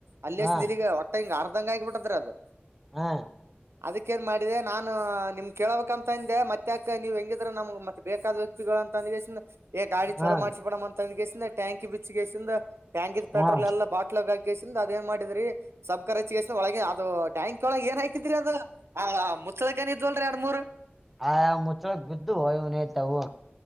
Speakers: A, on the right; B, in the centre.
A: ಅಲ್ಲೆಸ್ತೀರಿಗ
B: ಹ್ಮ್
A: ಒಟ್ಟಂಗ್ ಆರ್ಧಂಗ ಆಗ್ಬಿಟ್ತ್ರಾದ್
B: ಹ್ಮ್
A: ಅದಕ್ಕ ಏನ್ ಮಾಡಿದೆ ನಾನು ನಿಮ್ ಕೇಳ್ಬೇಕಂತಂದೆ ಮತ್ತ್ಯಾಕ್ ನೀವ್ ಹೆಂಗಿದ್ರೆ ನಮ್ಗ್ ಮತ್ತೆ ಬೇಕಾದ ವ್ಯಕ್ತಿಗಳಂತ್ ಎ ಗಾಡಿ
B: ಹ್ಮ್
A: ಚಲೋ ಮಾಡ್ಸ್ ಟ್ಯಾಂಕಿ ಬಿಚ್ಗೆಸಿಂದ ಟ್ಯಾಂಕಿದ್ ಪೆಟ್ರೋಲ್
B: ಹ್ಮ್
A: ಎಲ್ಲ ಬಾಟ್ಟಲಾಗ್ ಹಾಕಿ ಕಿಸೀನ್ದ ಅದೇನ್ ಮಾಡಿದ್ರಿ ಸಬ್ಕರ ಚಸ್ ಒಳಗ ಅದು ಟ್ಯಾಂಕಿ ಒಳಗೆ ಏನ್ ಹಾಕಿದ್ರಿ ಅದು ಹ ಮುಚ್ಚಲದಕನ ಇದ್ವಲ್ರರಿ ಎರಡ್ಮೂರ್
B: ಆಯ ಮುಚ್ಚಳಕ ಬಿದ್ದು ಇವ್ನಯ್ತವು